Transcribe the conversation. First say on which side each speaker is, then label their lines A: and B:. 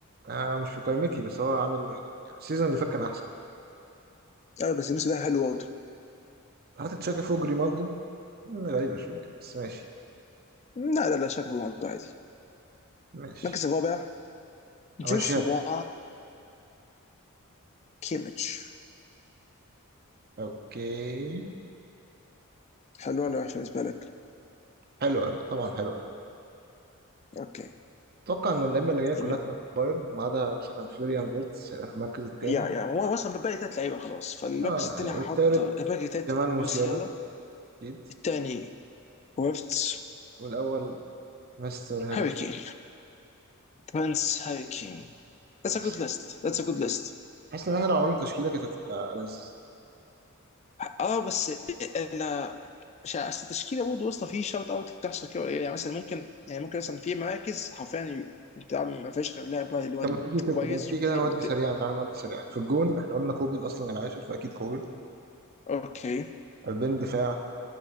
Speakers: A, on the right; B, on the left.
A: آه مش في قائمتي بس هو عامل يعني السيزون اللي فات كان احسن
B: لا بس الموسم ده حلو برضه
A: حتى تشاكا فوق ريمالدو مم، غريبة شوية بس ماشي
B: لا لا لا شاكا برضه عادي
A: ماشي
B: المركز الرابع جوشوا
A: همشيها لك
B: كيميتش
A: اوكي
B: حلو ولا وحش بالنسبه لك؟
A: حلوة لا، طبعا حلوة
B: اوكي
A: اتوقع ان اللعيبة اللي جاية كلها
B: الم...
A: تبقى في بايرن ما عدا مثلا فلوريان فيرتس هيبقى في المركز التاني
B: يا يا هو
A: اه
B: اصلا بقى لي ثلاث لعيبه خلاص فالمركز
A: آه،
B: الثاني
A: التالت
B: هحط الباقي ثلاث
A: جمال موسيالا
B: موسيالا
A: اكيد
B: الثاني ويفتس
A: والاول مستر هاري
B: هاري
A: كين
B: كين برنس هاري كين
A: بس
B: That's a good list. That's a good list.
A: حاسس ان احنا لو عملنا تشكيلة كانت هتبقى ألذ
B: اه بس انا مش عارف- اصل التشكيله برضه واسطه في شوت اوت بتحصل كده قليل يعني مثلا ممكن يعني ممكن مثلا في مراكز حرفيا ي- انت عم- ما فيش غير لاعب واحد اللي هو
A: طب ما تيجي كده
B: كويس
A: ما تيجي
B: والتاني
A: كده نودي
B: والت-
A: سريعا تعالى نودي سريعا في الجون احنا قلنا كوبيل اصلا العاشر فاكيد كوبيل
B: اوكي
A: قلبين دفاع